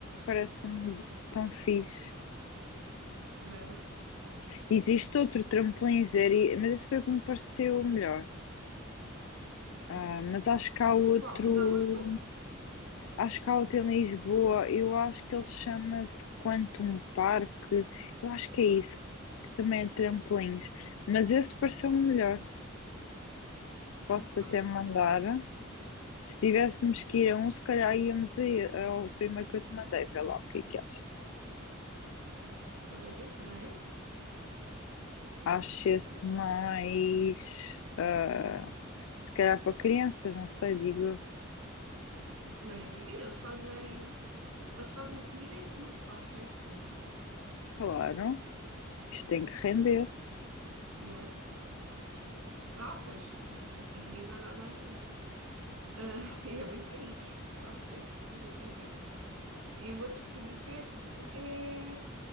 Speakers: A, on the left; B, on the right.
A: parece-me tão fixe.
B: Também é verdade.
A: Existe outro trampolim zero, mas esse foi o que me pareceu o melhor. Ah, mas acho que há outro,
B: Qual? Mas há outro?
A: acho que há outro em Lisboa, eu acho que ele chama-se Quantum Parque, eu acho que é isso, que também é trampolins, mas esse pareceu-me melhor. Posso-te
B: Ok.
A: até mandar. Se tivéssemos que ir a um, se calhar íamos aí ao primeiro que eu te mandei, vê lá o que é que achas.
B: Já vou ver, peraí.
A: Acho-se mais, ah, se calhar para crianças, não sei, digo, eu.
B: Maybe. E eles fazem. Eles fazem comida e tudo para as festas.
A: claro, isto tem que render.
B: Nois. Ah, pois. Porque isto aqui ninguém dá nada a ninguém. Ah, <laughs> e é bem carinho <laughs> para as festas, deixa eu ver. E o outro que tu disseste é.